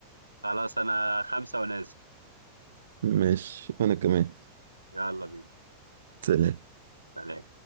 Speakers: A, on the right (about 85°); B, on the right (about 65°).
A: خلاص انا خمسة ونازل
B: ماشي انا كمان
A: يلا بينا
B: سلام
A: سلام